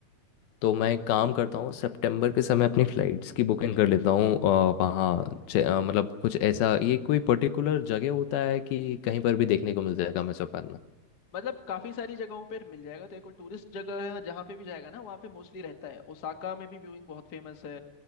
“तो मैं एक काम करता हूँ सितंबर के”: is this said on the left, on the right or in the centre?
Left